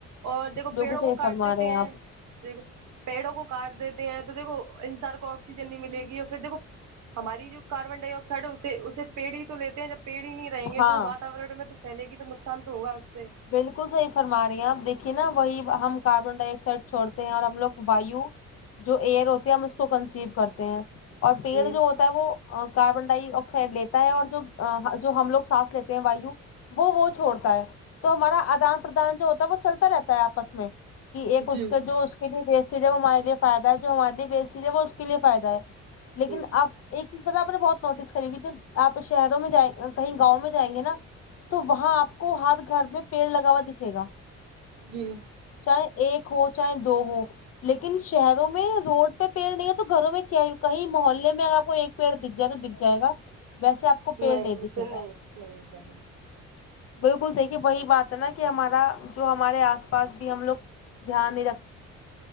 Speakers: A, on the right; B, on the left.
A: اور دیکھو
B: بالکل
A: پیڑوں
B: صحیح
A: وہ
B: فرما
A: کاٹ دیتے
B: رہے
A: ہیں
B: آپ
A: دیکھو پیڑوں کو کاٹ دیتے ہیں تو دیکھو انسان کو آکسیجن نہیں ملے گی یا پھر دیکھو ہماری جو کاربن ڈائی آکسائڈ ہے اس اسے پیڑ ہی تو لیتے ہیں جب پیڑ ہی نہیں رہیں گے
B: ہاں
A: تو وتاورن میں تو پھیلے گی تو نقصان تو ہوگا اس سے
B: بالکل صحیح فرما رہی ہیں آپ دیکھیے نا وہی ہم کاربن ڈائی آکسائڈ چھوڑتے ہیں اور ہم لوگ وایو جو ایئر ہوتی ہے ہم اس کو کنسیو کرتے ہیں اور پیڑ
A: جی
B: جو ہو کا وہ کاربن ڈائی آکسائڈ لیتا ہے اور جو جو ہم لوگ سانس لیتے ہیں وایو وہ وہ چھوڑتا ہے تو ہمارا آدان پردان جو ہوتا ہے وہ چلتا رہتا ہے آپس میں کہ ایک
A: جی
B: اس کے جو اس کے لیے ویسٹ ہے جو ہمارے فائدہ ہے جو ہمارے لیے ویسٹ چیز ہے وہ اس کے لیے فائدہ ہے لیکن
A: جی
B: اب ایک چیز پتا آپ نے بہت نوٹس کریی کہ آپ شہروں میں جائ کہیں گاؤں میں جائیں گے نا تو وہاں آپ کو ہر گھر میں پیڑ لگاوا دکھے گا
A: جی
B: چاہے ایک ہو چاہے دو ہو لیکن شہروں میں روڈ پہ پیڑ نہیں ہے تو گھروں میں کیا کہیں محلے میں اگر آپ کو ایک پیڑ دکھ جائے تو دکھ جائے گا ویسے آپ کو پیڑ
A: نہیں
B: دکھے
A: تو
B: گا
A: نہیں نہیں جانے
B: بالکل دیکھیے وہی بات ہے نا کہ ہمارا جو ہمارے آس پاس بھی ہم لوگ دھیان نہیں رکھتے